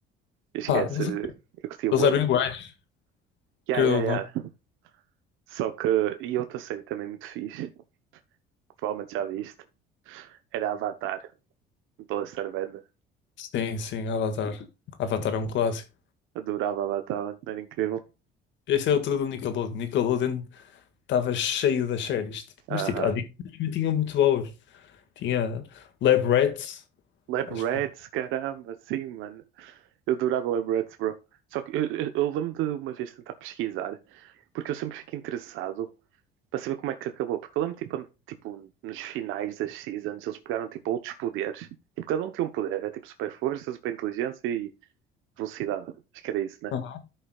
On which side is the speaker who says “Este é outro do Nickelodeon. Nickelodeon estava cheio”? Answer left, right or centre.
Left